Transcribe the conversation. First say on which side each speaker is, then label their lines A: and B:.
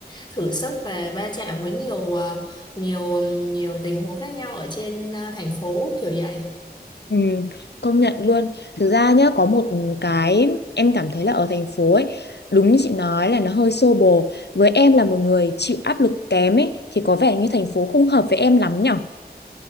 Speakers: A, on the left; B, on the left.
A: thử sức và va chạm với nhiều ờ, nhiều nhiều tình huống khác nhau ở trên ờ, thành phố kiểu vậy
B: Ừ, công nhận luôn. Thực ra nhá, có một cái em cảm thấy là ở thành phố ấy, đúng như chị nói là nó hơi xô bồ. Với em là một người chịu áp lực kém ấy, thì có vẻ như thành phố không hợp với em lắm nhở?